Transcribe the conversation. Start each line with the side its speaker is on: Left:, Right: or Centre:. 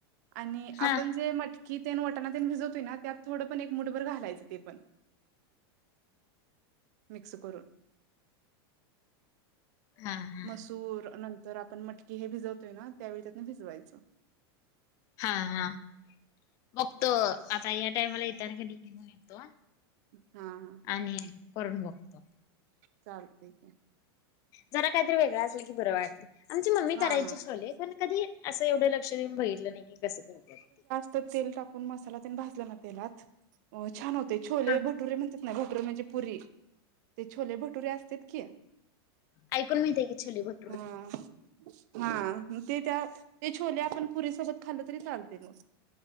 Right: आणि
Left: हा
Right: आपण जे मटकी तेन वटणा तेन भिजवतोय ना, त्यात थोडं पण एक मुठभर घालायचं ते पण. मिक्स करून.
Left: हा. हा
Right: मसूर नंतर आपण मटकी हे भिजवतोय ना त्यावेळी त्यातन भिजवायचं.
Left: हा हा. बघतो आता या टायमाला येताना की नाही घेऊन येतो.
Right: हा हा.
Left: आणि करून बघतो.
Right: चालतंय की.
Left: जरा काहीतरी वेगळां असल की बरं वाटतंय. आमची मम्मी
Right: हा
Left: करायचीच
Right: हा
Left: छोले, पण कधी असं एवढं लक्ष देऊन बघितलं नाही की कसं करत्यात.
Right: त्यात तेल टाकून मसाला तेन भाजला ना तेलात अ छान होतंय. छोले
Left: हा
Right: भटुरे म्हणतात ना भटुरे म्हणजे पुरी ते छोले भटुरे असत्यात की
Left: ऐकून माहितेय की छोले भट
Right: हा हा. ते त्या ते छोले आपण पुरीसोबत खाल्ल तरी चालते मग.